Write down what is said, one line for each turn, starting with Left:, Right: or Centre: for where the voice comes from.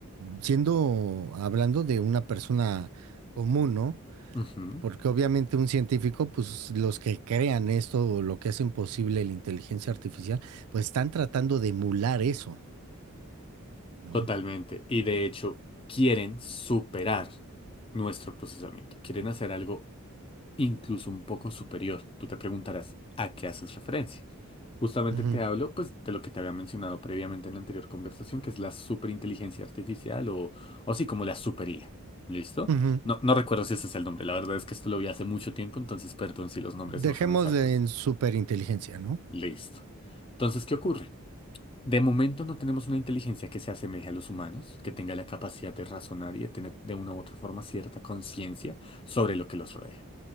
Right: siendo, hablando de una persona común, ¿no?
Left: Ujú,
Right: Porque obviamente un científico, pues los que crean esto o lo que hacen posible la inteligencia artificial, pues están tratando de emular eso, no
Left: totalmente. Y de hecho, quieren superar nuestro procesamiento. Quieren hacer algo incluso un poco superior. Tú te preguntarás, ¿a qué haces referencia? Justamente
Right: Ujú,
Left: te hablo, pues, de lo que te había mencionado previamente en la anterior conversación, que es la superinteligencia artificial o, o sí, como la supería. ¿Listo?
Right: ujú.
Left: No, no recuerdo si ese es el nombre. La verdad es que esto lo vi hace mucho tiempo, entonces perdón si los nombres
Right: Dejemos
Left: no son exactos.
Right: de en superinteligencia, ¿no?
Left: Listo. Entonces, ¿qué ocurre? De momento no tenemos una inteligencia que se asemeje a los humanos, que tenga la capacidad de razonar y de tener de una u otra forma cierta conciencia sobre lo que los rodea,